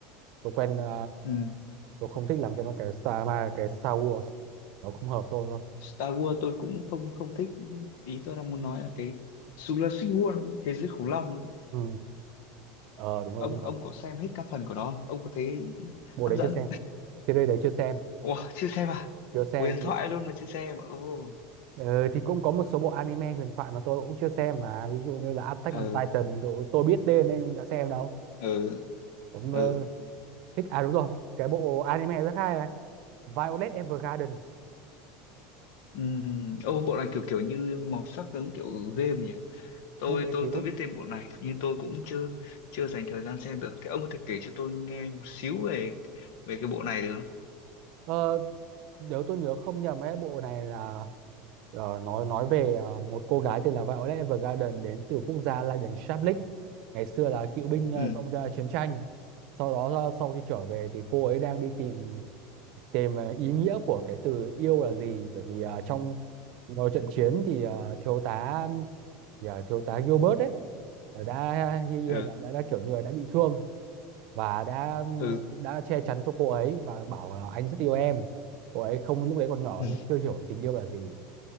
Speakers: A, on the right; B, on the left.
A: tôi quen ờ,
B: ừ.
A: tôi không thích làm cái mà cái Star mà cái Star Wars nó không hợp tôi thôi
B: Star Wars tôi cũng không không thích ý tôi đang muốn nói là cái Jurassic World thế giới khủng long
A: ừ. ờ đúng rồi
B: ông
A: đúng
B: ông
A: rồi
B: có xem hết các phần của nó không ông có thấy
A: bộ
B: hấp
A: đấy
B: dẫn
A: chưa xem series đấy chưa xem
B: ủa chưa xem à
A: chưa xem
B: huyền thoại luôn mà chưa xem ồ
A: ờ, thì cũng có một số bộ anime huyền thoại mà tôi cũng chưa xem mà ví dụ như là Attack
B: ừ
A: on Titan tôi, tôi biết tên nên đã xem đâu
B: ừ
A: cũng
B: ừ
A: ờ, thích à đúng rồi cái bộ anime rất hay là Violet Evergarden
B: Ừm, ô bộ này kiểu kiểu như màu sắc giống kiểu game nhỉ tôi
A: bộ bé
B: tôi
A: ký ức
B: tôi biết tên bộ này nhưng tôi cũng chưa chưa dành thời gian xem được thế ông có thể kể cho tôi nghe một xíu về về cái bộ này được không
A: ờ, nếu tôi nhớ không nhầm ấy bộ này là Ờ, nói nói về ờ, một cô gái tên là Violet Evergarden đến từ quốc gia Lydon Shablik ngày xưa là cựu binh ờ,
B: ừ
A: trong ờ, chiến tranh sau đó ờ, sau khi trở về thì cô ấy đang đi tìm tìm ờ, ý nghĩa của cái từ yêu là gì bởi vì ờ, trong một trận chiến thì ờ, thiếu tá thì, ờ, thiếu tá Gilbert ấy là đã,
B: ừ
A: đã đã đã kiểu như là đã bị thương và đã
B: ừ
A: đã che chắn cho cô ấy và bảo là anh rất yêu em cô ấy không lúc đấy còn nhỏ
B: ừ.
A: nhưng chưa hiểu tình yêu là gì